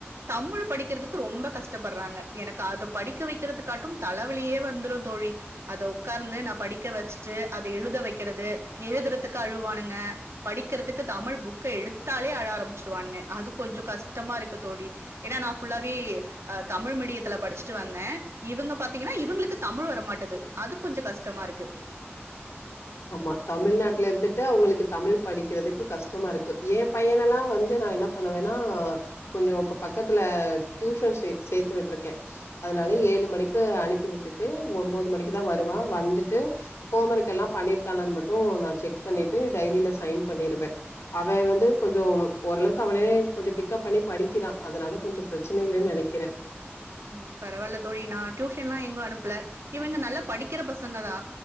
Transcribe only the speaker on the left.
ஆமா தமிழ்நாட்ல இருந்துட்டு அவுங்களுக்கு தமிழ் படிக்கிறதுக்கு கஷ்டமா இருக்கு ஏ பையனெல்லா வந்து நா என்னாப் தன வேணா கொஞ்சோ இப்ப பக்கத்துல டியூஷன் சே சேத்து விட்ருக்கே அதனால ஏழு மணிக்கு அனுப்பி விட்டுட்டு உம்போது மணிக்குதா வருவா வந்துட்டு ஹோம் ஒரகெக்ல்லா பண்ணிருக்கானான் மட்டு நா செக் பண்ணிட்டு டைரியில சைன் பண்ணிருவே அவ வந்து கொஞ்சம் ஓரளவுக்கு அவனே கொஞ்ச பிக்கப் பண்ணி படிக்கிறா அதனால கொஞ்சு ப்ரெச்சன இல்லென் நெனைக்கிறே